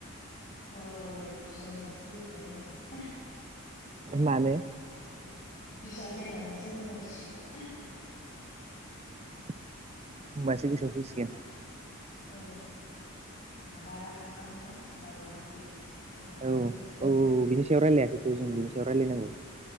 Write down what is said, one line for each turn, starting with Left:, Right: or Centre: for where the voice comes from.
Left: औ र एबा बिजाब नायनानैसो होख्लायनांसिगोन
Right: माने
Left: बिजाब नायनानैसो होननांसिगोन
Right: ओमबासो गोसोआव फैसिगोन ।
Left: औ माबा रा मा होनो रावखान्थि रावखान्थि
Right: औ औ
Left: नायनानै
Right: औ बिनि सायाव रायलायाखैथ' जों बिनि सायाव रायलायनांगौ ।